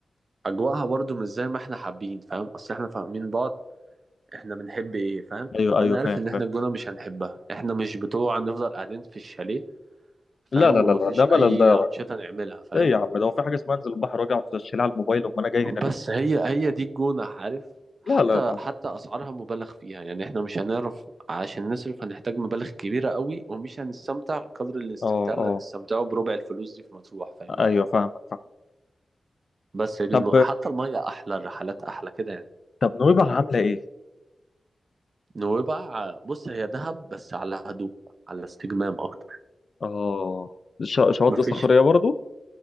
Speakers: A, on the right; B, on the left.
A: أجواءها برضو مش زي ما إحنا حابين فاهم أصل إحنا فاهمين بعض إحنا بنحب إيه فاهم
B: ايوه
A: فأنا
B: ايوه
A: عارف
B: فاهم
A: إن إحنا
B: فاهم
A: الجونة مش هنحبها إحنا مش بتوع نفضل قاعدين في الشاليه فاهم
B: لا لا
A: ومفيش
B: لا لا ده
A: أي
B: ملل ده يا راجل
A: أنشطة نعملها فاهم
B: ايه يا عم ده هو في حاجه اسمها انزل البحر واجي اقعد اشيل على الموبايل امال انا جاي هنا
A: بس
B: ليه
A: هي هي دي الجونة عارف حتى
B: لا لا لا
A: حتى أسعارها مبالغ فيها يعني إحنا مش هنعرف عشان نصرف هنحتاج مبالغ كبيرة قوي ومش هنستمتع قدر الاستمتاع
B: اه
A: اللي
B: اه
A: هنستمتعه بربع الفلوس دي في مطروح فاهمني
B: ايوه فاهمك فاهم
A: بس هي دي
B: طب
A: النقطة. حتى المية أحلى الرحلات أحلى كده يعني
B: طب نويبع عامله ايه
A: نويبع بص هي دهب بس على هدوء على استجمام أكتر
B: اه ش- شواطئ
A: مفيش
B: صخريه برضو